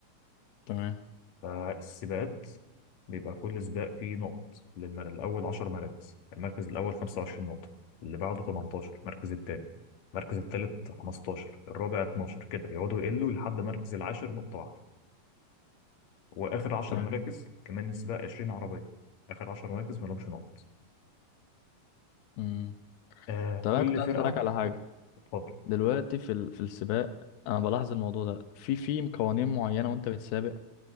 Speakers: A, on the left; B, on the left.
A: تمام
B: فالسباقات بيبقى كل سباق فيه نقط للمر... الأول 10 مراكز المركز الأول 25 نقطة اللي بعده 18 المركز التاني المركز التالت 15 الرابع 12 كده يقعدوا يقلوا لحد مركز العاشر نقطة واحدة وآخر 10
A: تمام
B: مراكز كمان السباق 20 عربية آخر 10 مراكز مالهمش نقط
A: امم
B: آه
A: طب
B: كل
A: انا كنت عايز
B: فرقة
A: اسالك على حاجة
B: اتفضل
A: دلوقتي في ال... في السباق انا بلاحظ الموضوع ده في في قوانين معينة وانت بتسابق